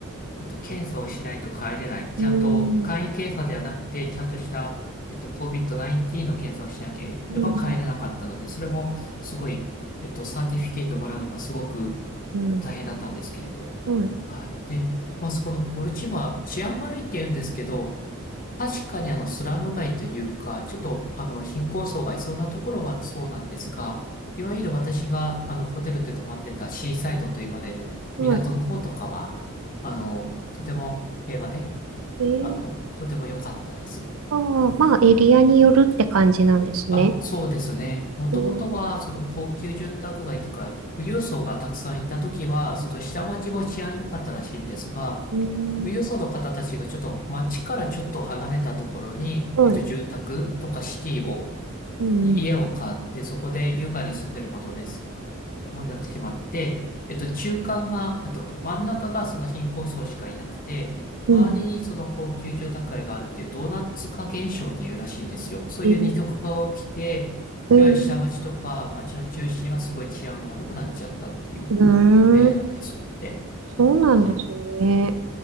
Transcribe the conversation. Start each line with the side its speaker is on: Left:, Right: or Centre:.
Left: えっと、検査をしないと帰れない。ちゃんと、
Right: うん、
Left: 簡易検査ではなくて、ちゃんとした、えっと、COVID-19 の検査をしなければ帰れなかったので、
Right: うん、
Left: それもすごい、えっと、サーティフィケートもらうのがすごく
Right: うん、
Left: 大変だったんですけれど。
Right: うん、
Left: はい。で、まあ、そこのボルチモア、治安悪いって言うんですけど、確かにあのスラム街というか、ちょっとあの貧困層がいそうなところはそうなんですが、いわゆる私があのホテルで泊まってたシーサイドと言われる港の方とかは、
Right: はい。
Left: あの、とても平和で、
Right: ええ
Left: あの、とても良かったです。
Right: ああまあ、エリアによるって感じなんですね。
Left: あ、そうですね。もともとはその高級住宅街というか、
Right: うん、
Left: 富裕層がたくさんいた時は、その下町も治安良かったらしいんですが、
Right: うん、
Left: 富裕層の方たちがちょっと街からちょっと離れたところに、
Right: はい。
Left: えっと、住宅とかシティを
Right: うん、
Left: 家を買って、そこで優雅に住んでることです。ものになってしまって、えっと、中間が、あと、真ん中がその貧困層しかいなくて、
Right: うん、
Left: 周りにその高級住宅街があるっていうドーナツ化現象っていうらしいんですよ。そういう二極化が起きて、
Right: ええええ
Left: いわゆる下町とか町の中心はすごい治安が悪くなっちゃったっていう
Right: うーん
Left: 例なんですって。
Right: そうなんですね。
Left: はい。